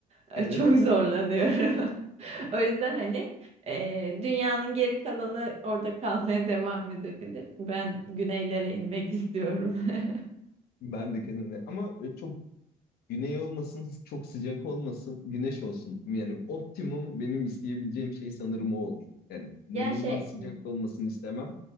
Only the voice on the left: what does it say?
Evet.
Ben de kesinlikle. Ama e, çok güney olmasın, <laughs> çok sıcak olmasın, güneş olsun. Yani optimum benim isteyebileceğim şey sanırım o olur. Yani inanılmaz
sıcak da olmasını istemem.